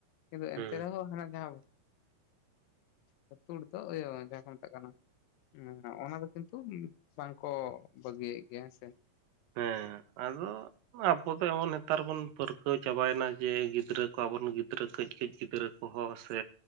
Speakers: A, on the left; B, on the right.
A: ᱠᱤᱱᱛᱩ
B: ᱦᱩᱸ
A: ᱮᱱᱛᱮ ᱨᱮᱦᱚᱸ ᱦᱟᱱᱟ᱾ ᱡᱟ ᱦᱳᱠ ᱛᱳᱲ ᱫᱚ ᱤᱭᱟᱹ ᱡᱟᱦᱟᱸ ᱠᱚ ᱢᱮᱛᱟᱜ ᱠᱟᱱᱟ᱾ ᱦᱮᱸ ᱚᱱᱟ ᱫᱚ ᱠᱤᱱᱛᱩ ᱵᱟᱝᱠᱚ ᱵᱟᱹᱜᱤᱭᱮᱜ ᱜᱮᱭᱟ ᱦᱮᱸᱥᱮ᱾
B: ᱦᱮᱸ ᱟᱫᱚ᱾ ᱟᱵᱚ ᱫᱚ ᱮᱢᱚᱱ ᱦᱮᱛᱟᱨ ᱵᱚᱱ ᱯᱟᱹᱨᱠᱟᱹᱣ ᱪᱟᱵᱟᱭᱱᱟ, ᱡᱮ ᱜᱤᱫᱽᱨᱟᱹ ᱠᱚ ᱟᱵᱚᱱ ᱜᱤᱫᱽᱨᱟᱹ ᱠᱟᱹᱡ ᱠᱟᱹᱡ ᱜᱤᱫᱽᱨᱟᱹ ᱠᱚ᱾ ᱠᱚᱦᱚ ᱥᱮ